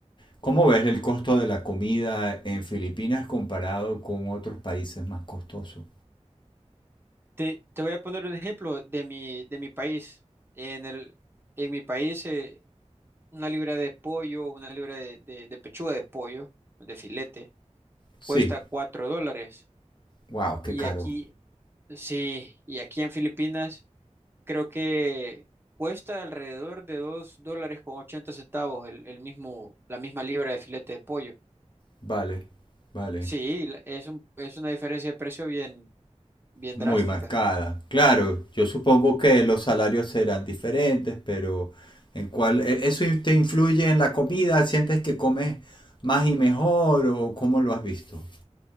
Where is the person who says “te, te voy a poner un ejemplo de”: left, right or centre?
Right